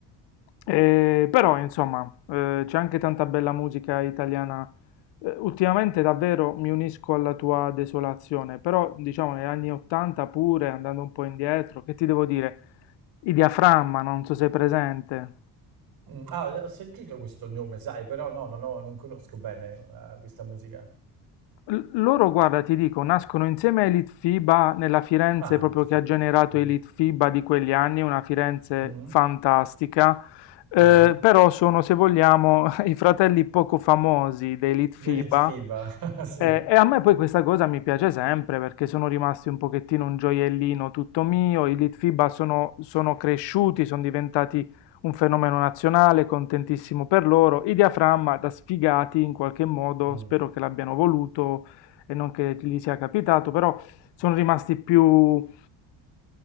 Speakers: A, on the left; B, on the right.
A: Eh, però, insomma, eh, c'è anche tanta bella musica italiana eh, Ultimamente davvero mi unisco alla tua desolazione, però diciamo negli anni 80 pure, andando un po' indietro, che ti devo dire? I diaframma, non so se è presente.
B: Mm, Ah, ho sentito questo nome, sai, però no, no, no, non conosco bene eh, questa musica.
A: L- Loro guarda ti dico, nascono insieme ai Litfiba nella Firenze
B: Ah,
A: proprio
B: sì.
A: che ha generato
B: Mhm,
A: i Litfiba di quegli anni, una Firenze
B: mhm,
A: fantastica, eh,
B: mhm.
A: però sono se vogliamo <laughs> i fratelli poco famosi dei Litfiba
B: The Litfiba, <laughs> sì.
A: eh, e a me poi questa cosa mi piace sempre perché sono rimasti un pochettino un gioiellino tutto mio, i Litfiba sono, sono cresciuti, sono diventati un fenomeno nazionale, contentissimo per loro. I diaframma da sfigati in qualche modo,
B: Mm,
A: spero che l'abbiano voluto e non che gli sia capitato, però sono rimasti più,